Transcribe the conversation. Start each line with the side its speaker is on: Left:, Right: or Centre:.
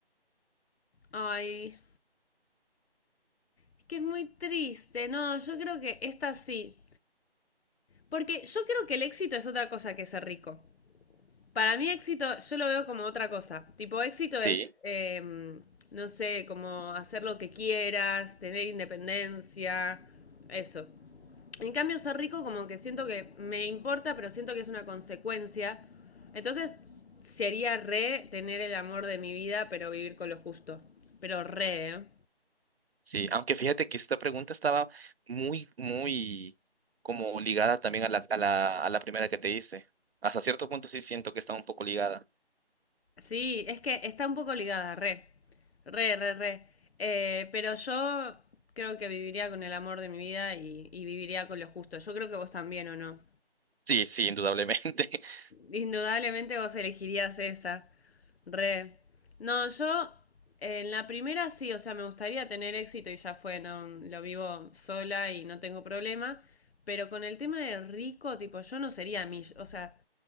Left: ay, es que es muy triste. No, yo creo que esta sí. Porque yo creo que el éxito es otra cosa que ser rico. Para mí éxito, yo lo veo como otra cosa. Tipo, éxito es,
Right: Sí,
Left: eh, no sé, como hacer lo que quieras, tener independencia, eso. En cambio, ser rico como que siento que me importa, pero siento que es una consecuencia. Entonces, sería re tener el amor de mi vida, pero vivir con lo justo. Pero re, ¿eh?
Right: sí. Aunque fíjate que esta pregunta estaba muy, muy como ligada también a la, a la, a la primera que te hice. Hasta cierto punto sí siento que está un poco ligada.
Left: Sí, es que está un poco ligada, re, re, re, re. Eh, pero yo creo que viviría con el amor de mi vida y, y viviría con lo justo. Yo creo que vos también, ¿o no?
Right: Sí, sí, indudablemente. <laughs>
Left: Indudablemente vos elegirías esa, re. No, yo en la primera sí, o sea, me gustaría tener éxito y ya fue, no, lo vivo sola y no tengo problema. Pero con el tema de rico, tipo, yo no sería mi, o sea,